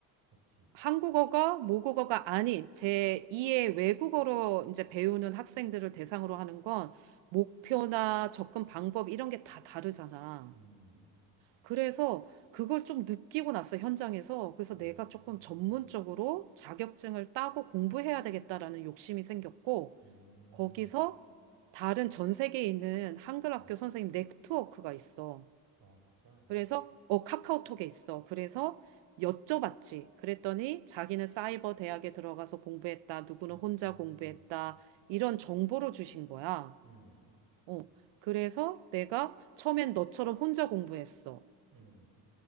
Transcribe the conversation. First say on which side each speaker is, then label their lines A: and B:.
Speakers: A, on the right (about 45°); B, on the right (about 65°).
A: 그렇지.
B: 한국어가 모국어가 아닌 제2의 외국어로 이제 배우는 학생들을 대상으로 하는 건 목표나 접근 방법 이런 게 다 다르잖아.
A: 음,
B: 그래서 그걸 좀 느끼고 나서 현장에서 그래서
A: 어,
B: 내가 조금 전문적으로 자격증을 따고 공부해야 되겠다라는 욕심이 생겼고
A: 음,
B: 거기서 다른 전 세계에 있는 한글 학교
A: 음.
B: 선생님 네트워크가 있어.
A: 아, 진짜?
B: 그래서 어 카카오톡에 있어. 그래서 여쭤봤지. 그랬더니 자기는 사이버 대학에 들어가서 공부했다. 누구는
A: 음,
B: 혼자 공부했다. 이런 정보를 주신 거야.
A: 음,
B: 어. 그래서 내가 처음엔 너처럼 혼자 공부했어.
A: 음.